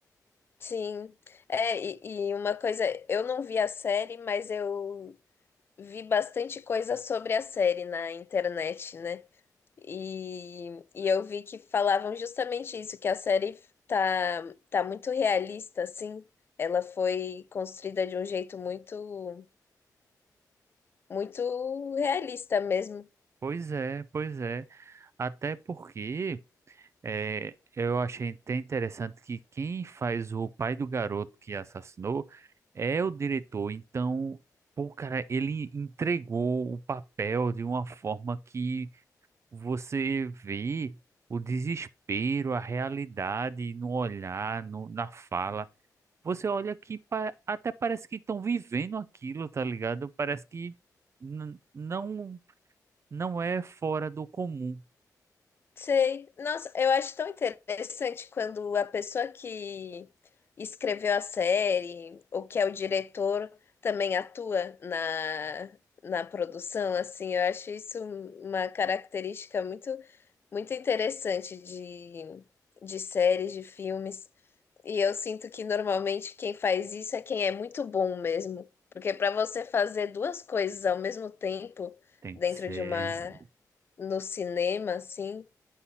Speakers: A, on the left; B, on the right.
A: sim. É, e, e uma coisa, eu não vi a série, mas eu vi bastante coisa sobre a série na internet, né? E, e eu vi que falavam justamente isso, que a série tá, tá muito realista, assim. Ela foi construída de um jeito muito, muito realista mesmo.
B: Pois é, pois é. Até porque é, eu achei até interessante que quem faz o pai do garoto que assassinou é o diretor. Então, pô, cara, ele entregou o papel de uma forma que você vê o desespero, a realidade no olhar, no, na fala. Você olha que pa- até parece que estão vivendo aquilo, tá ligado? Parece que n- não não é fora do comum.
A: Sei. Nossa, eu acho tão interessante quando a pessoa que escreveu a série ou que é o diretor também atua na, na produção, assim, eu acho isso uma característica muito, muito interessante de, de séries, de filmes. E eu sinto que normalmente quem faz isso é quem é muito bom mesmo. Porque para você fazer duas coisas ao mesmo tempo
B: Tem
A: dentro
B: que ser
A: de uma, no cinema, assim.